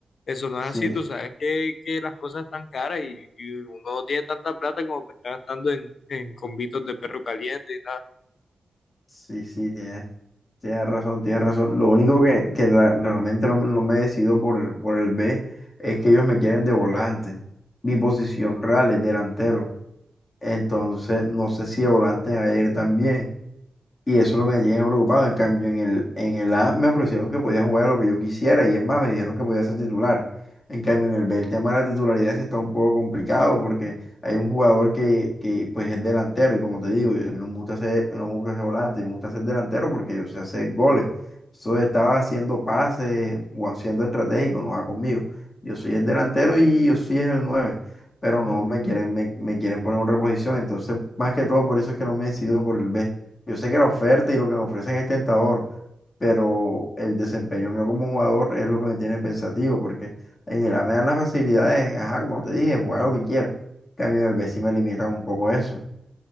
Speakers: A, on the left; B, on the left.
A: Eso no
B: sí,
A: es así, tú sabes que, que las cosas están caras y, y uno no tiene tanta plata como para estar gastando en, en convitos de perro caliente y nada.
B: sí, sí, tienes, tienes razón, tienes razón. Lo único que, que ra- realmente no, me no me decido por el, por el B es que ellos me quieren de volante. Mi posición real es delantero. Entonces, no sé si de volante me va a ir también Y eso es lo que me tiene preocupado. En cambio, en el, en el A me ofrecieron que podía jugar a lo que yo quisiera y es más, me dijeron que podía ser titular. En cambio, en el B el tema de la titularidad sí está un poco complicado porque hay un jugador que, que pues es delantero y como te digo, yo- a mí no me gusta ser, no me gusta ser volante, me gusta ser delantero porque yo sé hacer goles. Eso estaba haciendo pases o haciendo estratégico, no va conmigo. Yo soy el delantero y yo sí es el nueve pero no
A: Mm.
B: me quieren, me, me quieren poner en otra posición. Entonces, más que todo, por eso es que no me he decidido por el B. Yo sé que la oferta y lo que me ofrecen es tentador, pero el desempeño mío como jugador es lo que me tiene pensativo, porque en el A me dan las facilidades, ajá, como te dije, jugar lo que quiera. En cambio, en el B sí me limitan un poco eso.